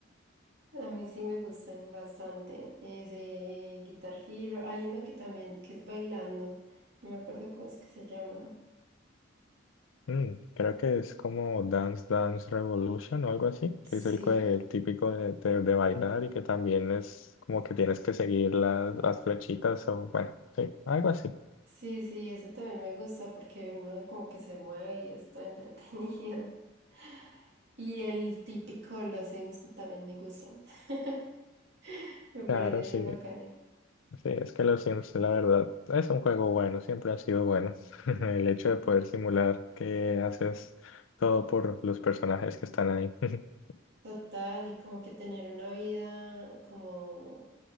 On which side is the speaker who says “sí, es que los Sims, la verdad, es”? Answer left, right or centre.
Left